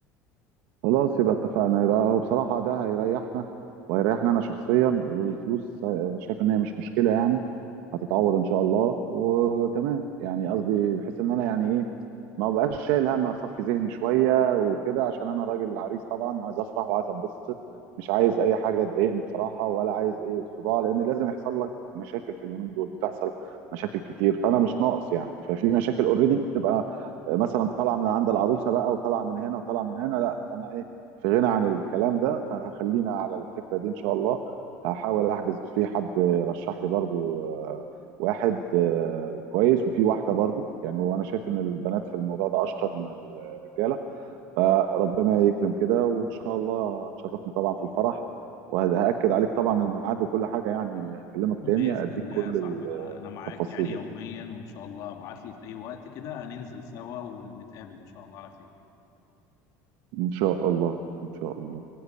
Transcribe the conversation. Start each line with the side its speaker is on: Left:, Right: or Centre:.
Right: خلاص يبقى اتفقنا يبقى هو بصراحه ده هيريحنا وهيريحنا انا شخصيا والفلوس آه، شايف ان هي مش مشكله يعني هتتعوض ان شاء الله وتمام يعني قصدي بحيث ان انا يعني ايه ما بقاش شايل هم اصفي ذهني شويه وكده عشان انا راجل عريس طبعا وعايز افرح وعايز انبسط مش عايز اي حاجه تضايقني بصراحه ولا عايز ايه صداع لان لازم يحصل لك مشاكل في اليومين دول بتحصل مشاكل كتير فانا مش ناقص يعني ففي مشاكل اوريدي بتبقى آه، مثلا طالعه من عند العروسه بقى وطالعه من هنا وطالعه من هنا لا فانا ايه في غنى عن الكلام ده فخلينا على الفكره دي ان شاء الله هحاول احجز في حد رشح لي برضو آه، واحد آه، كويس وفي واحده برضو يعني وانا شايف ان البنات في الموضوع ده اشطر من الرجاله فربنا يكرم كده وان شاء الله تشرفني طبعا في الفرح وهاكد عليك طبعا الميعاد وكل حاجه يعني هكلمك
Left: بإذن
Right: تاني اديك
Left: الله
Right: كل
Left: يا صاحبي أنا أنا معاك
Right: التفاصيل
Left: يعني يوميا
Right: يعني
Left: وإن شاء الله ابعت لي في أي وقت كده هننزل سوا ونتقابل إن شاء الله على خير
Right: ان شاء الله ان شاء الله